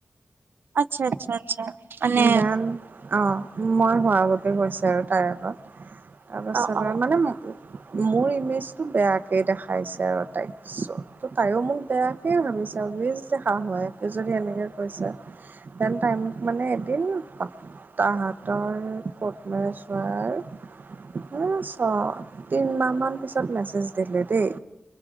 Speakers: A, on the right; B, on the right.
A: আচ্ছা আচ্ছা আচ্ছা। মানে
B: দান অহ মই হোৱা আগতেই কৈছে আৰু তাইৰ আগত। তাৰপাছত
A: অ অ
B: আৰু মানে মোৰ ইমেজটো বেয়াকেই দেখাইছে আৰু তাইক। চো ত তাইয়ো মোক বেয়াকেই ভাবিছে অবিএচলি হা সোমাই যদি এনেকে কৈছো। তেন তাই মানে তিন সপ্তাহ তাহাতৰ কৰ্টমেৰেজ হোৱাৰ এ ছ তিনমাহ মান পিছত মেছেজ দিলে দেই